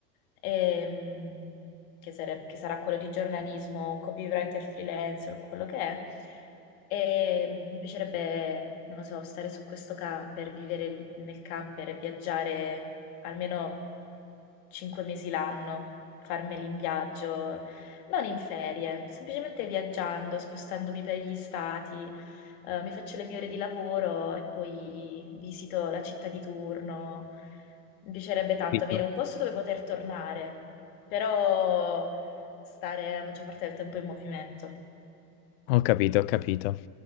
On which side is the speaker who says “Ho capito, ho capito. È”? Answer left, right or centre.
Left